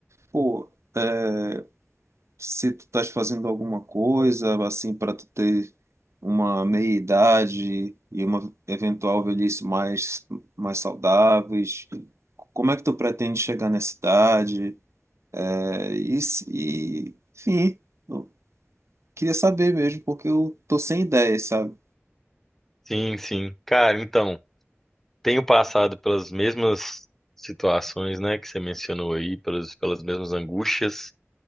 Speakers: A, on the right; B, in the centre.
A: pô. eh, se tu estás fazendo alguma coisa assim para tu ter uma meia-idade e uma eventual velhice mais mais saudáveis. Como é que tu pretende chegar nessa idade? É, e, se- e enfim, eu queria saber mesmo, porque eu tô sem ideias, sabe?
B: Sim, sim. Cara, então, tenho passado pelas mesmas situações, né, que você mencionou aí, pelas, pelas mesmas angústias,